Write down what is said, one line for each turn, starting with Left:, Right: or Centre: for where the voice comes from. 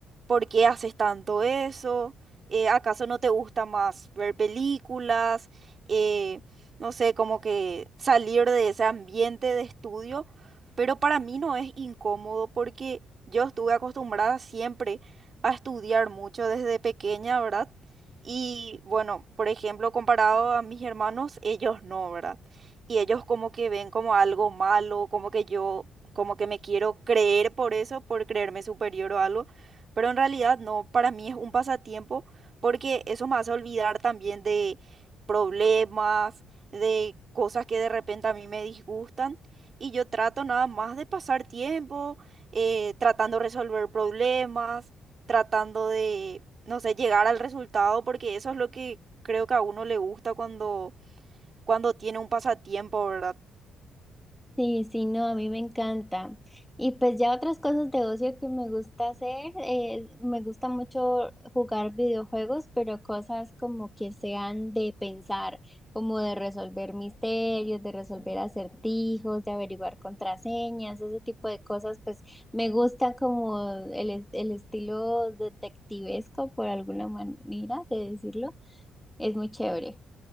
Right: ¿por qué haces tanto eso? Eh, ¿acaso no te gusta más ver películas? Eh, no sé, como que salir de ese ambiente de estudio, pero para mí no es incómodo porque yo estuve acostumbrada siempre a estudiar mucho desde pequeña, ¿verdad? Y bueno, por ejemplo, comparado a mis hermanos, ellos no, ¿verdad? Y ellos como que ven como algo malo, como que yo, como que me quiero creer por eso, por creerme superior o algo, pero en realidad no, para mí es un pasatiempo porque eso me hace olvidar también de problemas, de cosas que de repente a mí me disgustan y yo trato nada más de pasar tiempo eh, tratando de resolver problemas, tratando de, no sé, llegar al resultado porque eso es lo que creo que a uno le gusta cuando, cuando tiene un pasatiempo, ¿verdad?
Centre: Sí, sí, no, a mí me encanta. Y pues ya otras cosas de ocio que me gusta hacer, eh, me gusta mucho jugar videojuegos, pero cosas como que sean de pensar, como de resolver misterios, de resolver acertijos, de averiguar contraseñas, ese tipo de cosas, pues me gusta como el, es- el estilo detectivesco, por alguna manera de decirlo, es muy chévere.